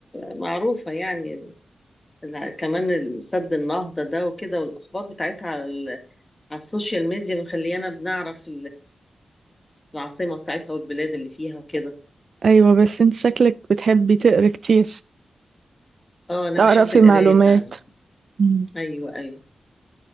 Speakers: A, on the left; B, on the right.
A: معروفة يعني لا، كمان سد النهضة ده وكده والأخبار بتاعتها على ال- على السوشيال ميديا مخليانا بنعرف العاصمة بتاعتها والبلاد اللي فيها وكده
B: أيوة بس أنت شكلك بتحبي تقري كتير
A: اه انا
B: تعرفي
A: بحب القراية
B: معلومات
A: فعلا
B: مم.
A: ايوه ايوه